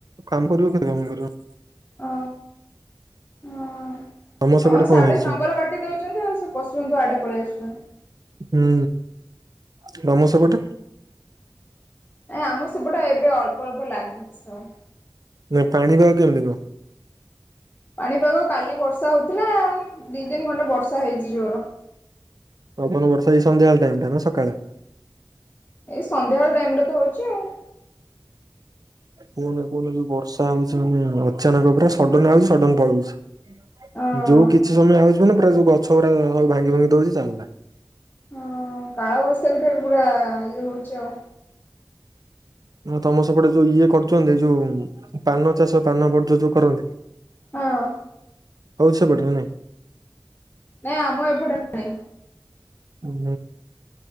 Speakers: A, on the right; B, on the left.
A: କାମ କରିବ କେତେ କାମ କରିବ?
B: ଅ ଅ
A: ତମ ସେପଟେ
B: ଅ
A: କଣ
B: ସାଢ଼େ
A: ହେଇଛି
B: ଜଙ୍ଗଲ
A: ସବୁ?
B: କାଟି ଦେଉଛନ୍ତି ଆଉ ସବୁ ପଶୁ ଜନ୍ତୁ ଆଡ଼େ ପଳେଇ ଆସୁୁଚନ୍ତି।
A: ହୁଁ ତମ ସେପଟେ
B: ନାଇ ଆମ ସେପଟେ ଏବେ ଅଳ୍ପ ଅଳ୍ପ ଲାଗିଛି ସବୁ।
A: ନା ପାଣି ପାଗ କେମିତି କଁ?
B: ପାଣିପାଗ କାଲି ବର୍ଷା ହେଉଥିଲା ଦୁଇ ଦିନ ଖଣ୍ଡେ ବର୍ଷା ହେଇଛି ଜୋର।
A: ଆପଣ ବର୍ଷା ଏଇ ସନ୍ଧ୍ୟାଳେ ଟାଇମ ଟା ନା ସକାଳେ?
B: ଏଇ ସନ୍ଧ୍ୟାବେଳେ ଟାଇମ ରେ ତ ହଉଛି ଆଉ।
A: କୁହନା କୁହନା ଯୋଉ ବର୍ଷା ଆମ ସେଣେ ଅଚାନକ ପୁରା ସଡନ ଆଉଛି ସଡନ ପଳଉଛି।
B: ହଁ
A: ଯୋଉ କିଛି ସମୟ ଆଉଚି ମାନେ ପୁରା ଯୋଉ ଗଛ ଗୁଡା ସବ ଭାଙ୍ଗି ଭୁଙ୍ଗି ଦଉଛି ଚାଲଲା।
B: ହଁ କାଳବୈଶାଖୀ ଠାରୁ ପୁରା ଇଏ ହଉଛି ଆଉ।
A: ତମ ସେପଟେ ଯୋଉ ଇଏ କରୁଛନ୍ତି ଯୋଉ ପାନ ଚାଷ ପାନ ବର୍ଜ୍ୟ ଯୋଉ କରନ୍ତି।
B: ହଁ
A: ହଉଚି ସେ ପଟେ ନା ନାଇଁ?
B: ନାଇଁ ଆମ ଏପଟେ ନାହିଁ।
A: ହୁଁ